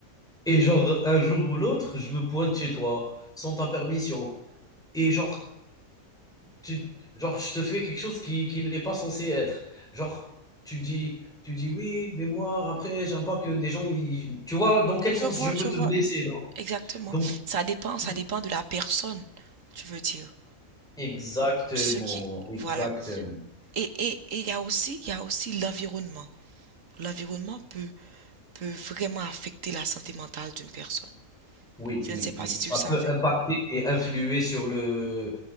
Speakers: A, in the centre; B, on the right.
A: et genre un jour ou l'autre, je me pointe chez toi sans ta permission, et genre, tu, genre je te fais quelque chose qui, qui n'est pas censé être. Genre, tu dis, tu dis oui, mais moi après, j'aime pas que des gens, ils- tu vois, dans quel
B: Je
A: sens
B: vois,
A: je peux
B: je
A: te
B: vois
A: blesser. Donc,
B: exactement.
A: donc,
B: Ça dépend, ça
A: si-
B: dépend de la personne, tu veux dire.
A: exactement,
B: Ce qui,
A: exactement.
B: voilà. Et et et il y a aussi, il y a aussi l'environnement. L'environnement peut peut vraiment affecter la santé mentale d'une personne.
A: Oui,
B: Je
A: oui,
B: ne sais pas
A: oui.
B: si
A: Ça
B: tu le savais.
A: peut impacter et influer sur le